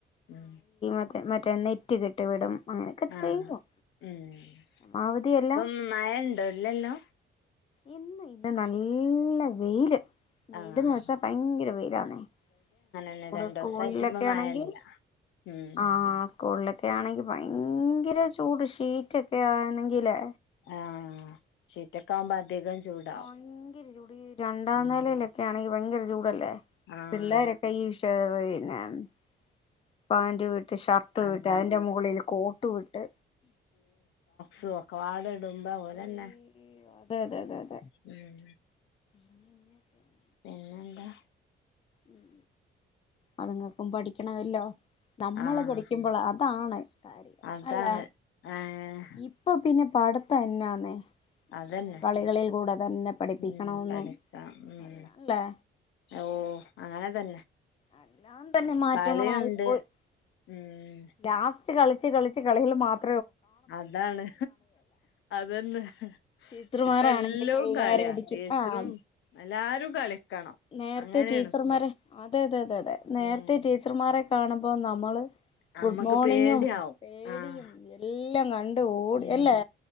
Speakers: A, on the left; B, on the left.
A: ഉം
B: മറ്റെ മറ്റേ നെറ്റ് കെട്ടി വിടും അങ്ങനെയൊക്കെ
A: ആ
B: ചെയ്യും
A: ഉം ഇപ്പം
B: പരമാവധിയെല്ലാം
A: മഴ ഉണ്ടോ ഇല്ലല്ലോ
B: ഇന്ന് ഇവിടെ നല്ല വെയില് വെയിലന്ന്
A: ആഹ്
B: വെച്ചാ ഭയങ്കര വെയിലാണേ
A: ന്നെ
B: ചൂട്
A: രണ്ടു
B: സ്കൂളിലൊക്കെ
A: ദിവസായിട്ട് ഇപ്പ മഴയില്ല
B: ആണെങ്കി
A: ഉം
B: ആ സ്കൂളിലൊക്കെ ആണെങ്കിൽ ഭയങ്കര ചൂ ചൂട് ഷീറ്റ് ഒക്കെ ആ കിലെ
A: ആ ഷീറ്റക്കെ ആവുമ്പോ അധികം ചൂടാവും
B: ഭയങ്കര ചൂട് ഈ രണ്ടാം
A: ഉം
B: നിലയിലൊക്കെ ആണെങ്കിൽ ഭയങ്കര ചൂടല്ലേ
A: ആഹ്
B: പിള്ളോരൊക്കെ ഈഷ <unintelligible> പാന്റുവി ഷർട്ടുവിട്ട്
A: ആഹ്
B: അതിന്റെ മുകളിൽ കോ ട്ടു വിട്ട്
A: സോക്കാവട് ടുമ്പ ഓലന്നേ
B: അയ്യോ അതെ അതേ അതേ
A: ഉം
B: <inaudible>
A: പിന്നെന്താ
B: ഉം അതുങ്ങ ക്കും പഠിക്കണമല്ലോ നമ്മള്
A: ആഹ്
B: പഠിക്കുമ്പോൾ അതാണ്
A: അതാണ്
B: അല്ലേ
A: ഏഹ്
B: ഇപ്പൊ പിന്നെ പടുത്തം എന്നാന്നേ
A: അതന്നെ
B: എല്ലാം കളികളിൽ കൂടെ തന്നെ പഠിപ്പിക്കണോന്നും
A: ഉം പഠിക്കാം ഉം
B: എല്ലാം അല്ലേ
A: ഓ അങ്ങനെ തന്നെ
B: എല്ലാം തന്നെ മാറ്റങ്ങളായിപ്പോയി
A: കളിയുണ്ട് ഉം
B: ലാസ്റ്റ് കളി കളിച്ച് കളികൾ മാത്രം
A: അതാണ് അതന്നെ
B: ടീച്ചർമാരാണെങ്കിൽ
A: ഇപ്പ എല്ലോം
B: പിള്ളേരെ
A: കളിയാ
B: അടിക്കും
A: ടീച്ചറും
B: ആഹ്
A: എല്ലാരും കളിക്കണം
B: നേരത്തെ
A: അങ്ങനെയാണ്
B: ടീച്ചർമാരെ
A: ഇപ്പൊ
B: അതെ അതെ അതതെ നേരത്തെ
A: ഉം
B: ടീച്ചർമാ മാരെകാണുമ്പോ നമ്മള്
A: നമ്മക്ക്
B: ഗുഡ് മോർണിങ്ങും
A: പേടിയാവും
B: പേടിയും
A: ആഹ്
B: എല്ലാം കണ്ട് ഓടി
A: ഉം
B: അല്ലേ